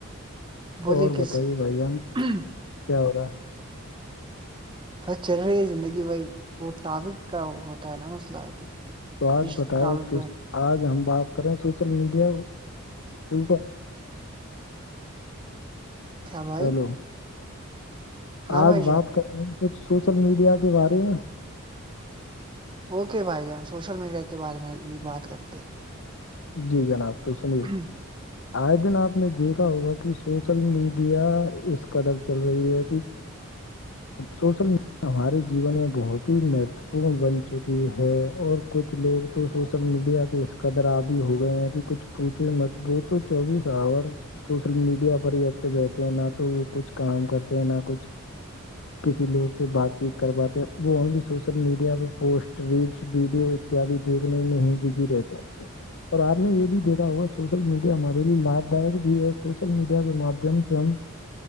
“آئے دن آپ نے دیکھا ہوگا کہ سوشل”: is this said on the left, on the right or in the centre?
Left